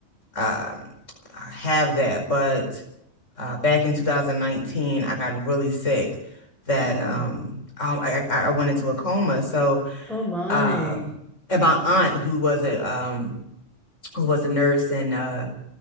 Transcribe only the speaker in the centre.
Mhm.
Oh my.